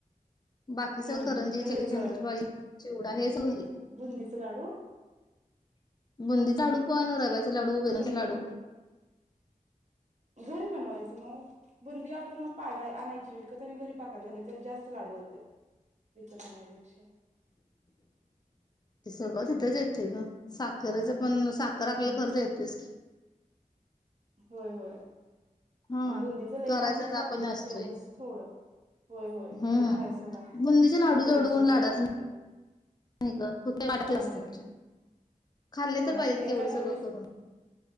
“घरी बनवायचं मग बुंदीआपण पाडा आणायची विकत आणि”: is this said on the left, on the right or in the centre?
Right